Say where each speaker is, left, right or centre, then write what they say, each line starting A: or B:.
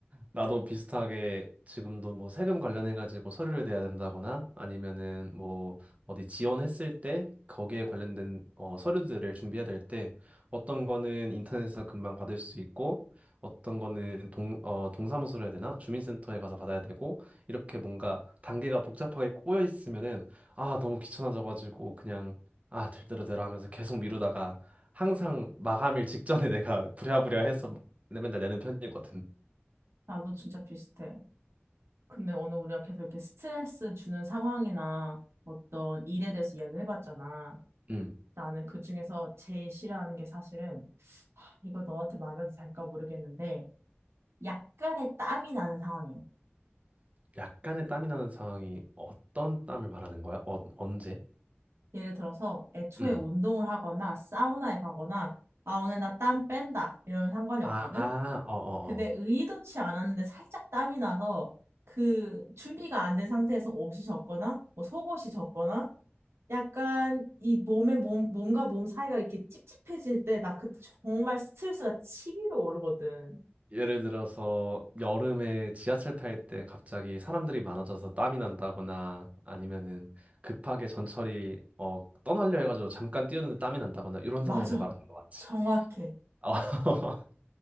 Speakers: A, on the right; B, on the right.
A: 나도 비슷하게 지금도 뭐 세금 관련해가지고 서류를 내야 된다거나 아니면은 뭐 어디 지원했을 때 거기에 관련된 어, 서류들을 준비해야 될 때 어떤 거는 인터넷에서 금방 받을 수 있고 어떤 거는 동, 어, 동사무소로 해야 되나? 주민센터에 가서 받아야 되고 이렇게 뭔가 단계가 복잡하게 꼬여 있으면은 아, 너무 귀찮아져가지고 그냥 아, 될 대로 되라 하면서 계속 미루다가 항상 마감일 직전에 <laughs> 내가 부랴부랴 해서 맨날 내는 편이거든.
B: 나도 진짜 비슷해. 근데 오늘 우리가 계속 이렇게 스트레스 주는 상황이나 어떤 일에 대해서 이야기를 해봤잖아.
A: 음.
B: 나는 그중에서 제일 싫어하는 게 사실은 이거 너한테 말해도 될까 모르겠는데 약간의 땀이 나는 상황이야.
A: 약간의 땀이 나는 상황이 어떤 땀을 말하는 거야? 어, 언제?
B: 예를 들어서 애초에
A: 응.
B: 운동을 하거나 사우나에 가거나 아 오늘 나 땀 뺀다 이러면 상관이
A: 아,
B: 없거든.
A: 어, 어,
B: 근데
A: 어.
B: 의도치 않았는데 살짝 땀이 나서 그 준비가 안 된 상태에서 옷이 젖거나 뭐 속옷이 젖거나 약간 이 몸에 몸, 몸과 몸 사이가 이렇게 찝찝해질 때 나 그때 정말 스트레스가 치밀어 오르거든.
A: 예를 들어서 여름에 지하철 탈 때 갑자기 사람들이 많아져서 땀이 난다거나 아니면은 급하게 전철이 어, 떠나려 해가지고 잠깐 뛰었는데 땀이 난다거나 이런
B: 맞아.
A: 상황들 말하는 거 맞지?
B: 정확해.
A: 어, <laughs>